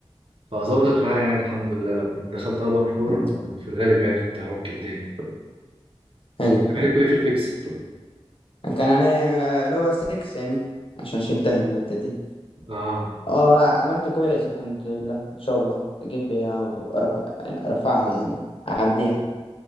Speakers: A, on the right; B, on the left.
A: فظبطت معايا يعني الحمد لله لما كنت دخلت ابر فور
B: الحمد لله.
A: في الغالب يعني كنت هعك الدنيا
B: حلو
A: انت
B: حلو
A: عليكوا ايه في الفيكسد؟
B: كان عليا اللي هو 6 يعني عشان شلتها المادة دي
A: اه
B: اه عملت كويس الحمد لله ان شاء الله اجيب فيها وارفع يعني ارفعها يعني اعديها